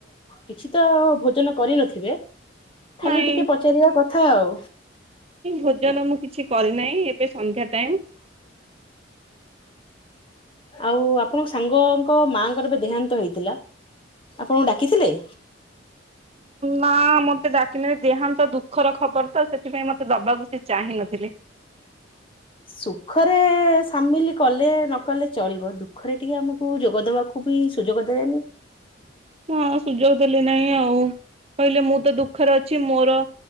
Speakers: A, on the left (about 30°); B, on the right (about 30°).
A: କିଛି ତ ଭୋଜନ କରିନଥିବେ? ଖାଲି
B: ନାଇଁ
A: ଟିକେ ପଚାରିବା କଥା ଆଉ।
B: ଭୋଜନ ମୁଁ କିଛି କରିନାହିଁ ଏବେ ସନ୍ଧ୍ୟା ଟାଇମ।
A: ଆଉ ଆପଣଙ୍କ ସାଙ୍ଗଙ୍କ ମାଙ୍କର ଏବେ ଦେହାନ୍ତ ହେଇଥିଲା ଆପଣଙ୍କୁ ଡାକିଥିଲେ?
B: ନା ମତେ ଡାକିନେ ଦେହାନ୍ତ ଦୁଃଖର ଖବର ତ ସେଥିପାଇଁ ମତେ ଦବାକୁ ସେ ଚାହିଁ ନଥିଲି।
A: ସୁଖରେ ସାମିଲ କଲେ ନକଲେ ଚଳିବ ଦୁଃଖରେ ଟିକେ ଆମକୁ ଯୋଗଦବାକୁ କି ସୁଯୋଗ ଦେବେନି।
B: ହ ସୁଯୋଗ ଦେଲି ନାହିଁ ଆଉ କହିଲେ ମୁଁ ତ ଦୁଃଖରେ ଅଛି ମୋର